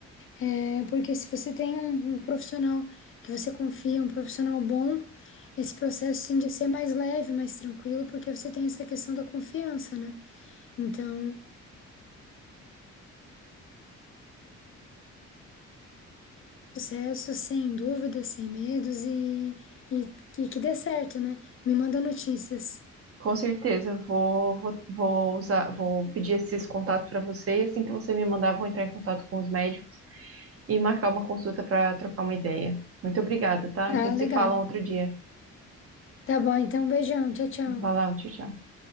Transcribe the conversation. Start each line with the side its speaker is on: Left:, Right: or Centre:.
Left: É, porque se você tem um, um profissional que você confia, um profissional bom, esse processo tende a ser mais leve, mais tranquilo, porque você tem essa questão da confiança, né? Então, processo sem dúvidas, sem medos e, e, e que dê certo, né? Me manda notícias.
Right: Com certeza, vou, vou, vou usar, vou pedir esses contatos para você e assim que você me mandar, vou entrar em contato com os médicos e marcar uma consulta para trocar uma ideia. Muito obrigada, tá?
Left: Ah,
Right: A gente
Left: legal.
Right: se fala um outro dia.
Left: Tá bom, então, beijão. Tchau, tchau.
Right: Vai lá, tchau, tchau.